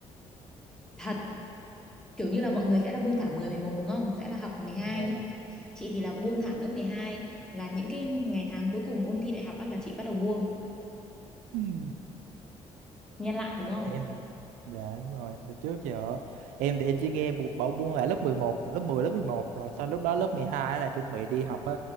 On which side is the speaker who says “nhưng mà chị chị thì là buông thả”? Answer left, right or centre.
Centre